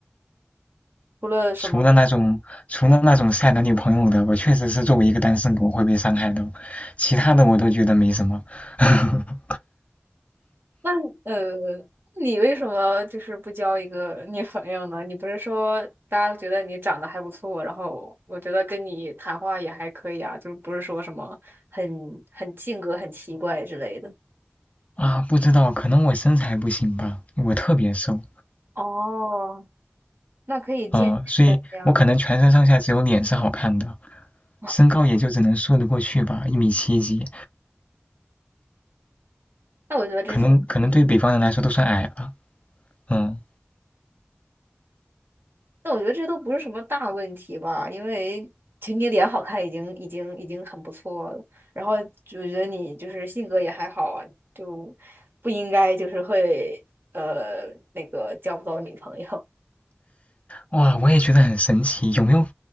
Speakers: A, on the right; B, on the left.
A: 除了什么？
B: 除了那种除了那种晒男女朋友的，我确实是作为一个单身狗会被伤害的，其他的我都觉得没什么。<laughs>
A: 那呃，你为什么就是不交一个女朋友呢？你不是说大家觉得你长得还不错，然后我觉得跟你谈话也还可以啊，就是不是说什么很很性格很奇怪之类的。
B: 啊，不知道，可能我身材不行吧，我特别瘦，
A: 哦，那可以健健身呀。
B: 啊、所以我可能全身上下只有脸是好看的，
A: <laughs>
B: 身高也就只能说得过去吧，一米七几，
A: 那我觉得这些，
B: 可能可能对北方人来说都算矮了。嗯，
A: 那我觉得这都不是什么大问题吧，因为其实你脸好看已经已经已经很不错了，然后就觉得你就是性格也还好啊，就不应该就是会呃那个交不到女朋友。
B: 哇，我也觉得很神奇，有没有？